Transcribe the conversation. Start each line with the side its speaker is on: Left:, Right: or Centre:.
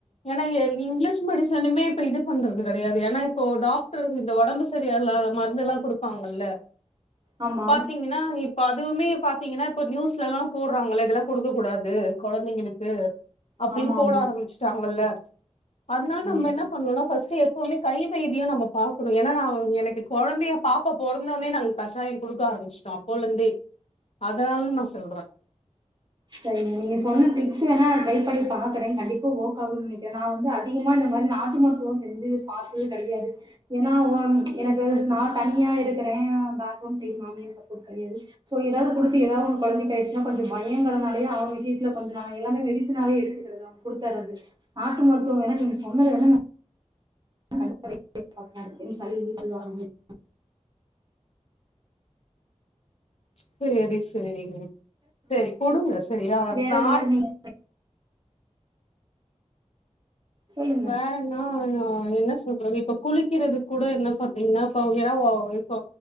Left: ஏன்னா <unintelligible> இங்லிஷ் மெடிசனுமே இப்ப இது பண்றது கெடையாது ஏன்னா இப்போ டாக்டர் இந்த ஒடம்பு சரியால்லாத மருந்து எல்லா குடுப்பாங்கல்ல
Right: ஆமா
Left: பாத்தீங்கன்னா இப்ப அதுவுமே பாத்தீங்கன்னா இப்ப நியூஸ் லலா போட்றாங்க ல இதெல்லா குடுக்கக் கூடாது கொழந்தைங்களுக்கு அப்டின்
Right: ஆமா
Left: போட
Right: ஆமா
Left: ஆரம்பிச் ப்பல்ல அத்னால நம்ம
Right: ம்
Left: என்ன பண்ணும்னா ஃபஸ்ட்டு எப்புவுமே கை வைத்தியோ நம்ம பாக்கணு ஏன்னா நா எனக்கு கொழந்தைய பாப்பா பொறந்தவுனே நாங்க கசாயு குடுக்க ஆரம்பிஷ்டோ அப் கொழந்தே அதானல நா சொல்றே
Right: சரிங்க நீங்க சொன்ன டிப்ஸ் வேணா ட்ரை பண்ணி பாக்குறே கண்டிப்பா ஒர்க் ஆகும்னு நெனைக்கிறே நா வந்து அதிகமா இந்த மாரி நாட்டு மருத்துவோ செஞ்சு பாத்து கெடைகாது ஏன்னா ஆ எனக்கு
Left: ம் ம்
Right: நா தனியா இருக் க்குறே பேக்ரவுண்ட் சைட் மாமியார் சப்போர்ட் கிடையாது சோ ஏதாவது குடுத்து ஏதாவது ஒன்னு கொழந்தைக்கு ஆயிடுச்சின்னா கொஞ்சம் பய பயங்கறனாலே அவ விஷயத்துல கொஞ்சம் நாங்க எல்லாமே மெடிசனாவே எடுத்துகிறது குடுத்துறது நாட்டு மருத்துவம் வேணா நீங்க சொன்னத வேணா நா <unintelligible>
Left: சேரி சேரிங்க சரி குடுங்க சரியா <unintelligible>
Right: வேற எது மாரி நீங்க சொல்லுங்க
Left: வேற இன்னா ஆ அங்க என்ன சொல்றது இப்ப குளிக் க்கிறது கூட என்ன பாத்தீங்ன்னா இப்போ ஏன்னா ஓ இப்போ